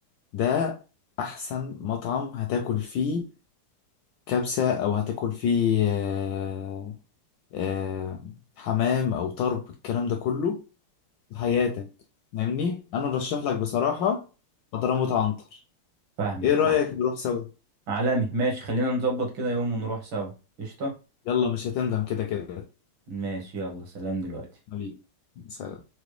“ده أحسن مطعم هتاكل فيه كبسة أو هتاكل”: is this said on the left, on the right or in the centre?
Left